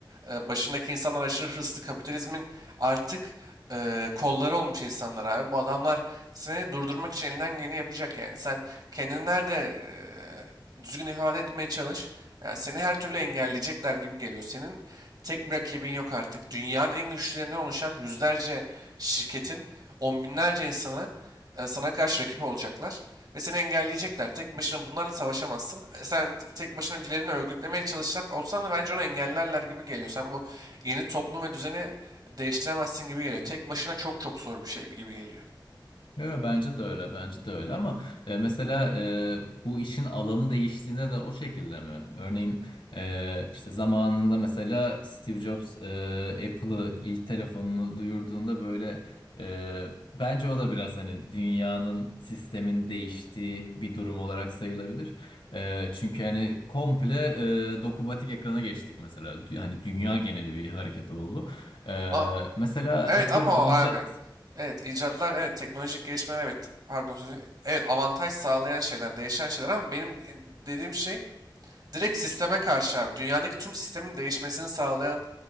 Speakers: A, on the right; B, on the left.
A: e, başındaki insanlar aşırı hırslı kapitalizmin artık e, kolları olmuş insanlar abi. Bu adamlar seni durdurmak için elinden geleni yapacak yani. Sen kendini nerede e, düzgün ifade etmeye çalış. Yani seni her türlü engelleyecekler gibi geliyor. Senin tek bir rakibin yok artık. Dünyanın en güçlülerinden oluşan yüzlerce şirketin on binlerce insanı e, sana karşı rakip olacaklar ve seni engelleyecekler. Tek başına bunlarla savaşamazsın. E, Sen tek başına birilerini örgütlemeye çalışsak olsan da bence onu engellerler gibi geliyor. Sen bu yeni toplum ve düzeni değiştiremezsin gibi geliyor. Tek başına çok çok zor bir şey gibi geliyor.
B: Yo, bence de öyle, bence de öyle ama e, mesela e, bu işin alanı değiştiğinde de o şekilde mi? Örneğin e, işte zamanında mesela Steve Jobs e, Apple'ı ilk telefonunu duyurduğunda böyle e, bence o da biraz hani dünyanın sistemin değiştiği bir durum olarak sayılabilir. E, çünkü hani komple e, dokunmatik ekrana geçtik mesela. Dü- Hani dünya geneli bir hareket oldu. E,
A: Ama,
B: mesela
A: evet
B: atıyorum
A: ama
B: icat.
A: o abi. Evet icatlar evet teknolojik gelişmeler evet pardon sözü evet avantaj sağlayan şeyler değişen şeyler ama benim dediğim şey Direkt sisteme karşı abi. Dünyadaki tüm sistemin değişmesini sağlayan